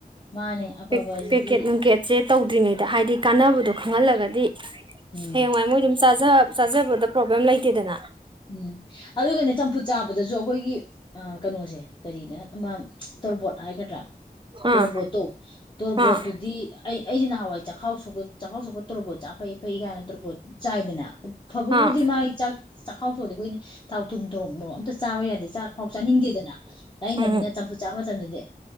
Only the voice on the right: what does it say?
ꯄꯦꯛ
ꯄꯦꯀꯦꯠ ꯅꯨꯡ ꯀꯦꯠ ꯆꯦ ꯇꯧꯗ꯭ꯔꯤꯉꯩꯗ ꯍꯥꯏꯗꯤ ꯀꯥꯟꯅꯕꯗꯣ ꯈꯪꯍꯜꯂꯒꯗꯤ
ꯍꯌꯦꯡꯋꯥꯏ <unintelligible> ꯆꯥꯖ ꯆꯥꯖꯕꯗ ꯄ꯭ꯔꯣꯕ꯭ꯂꯦꯝ ꯂꯩꯇꯦꯗꯅ
ꯑꯥ
ꯑꯥ
ꯑꯥ
ꯎꯝ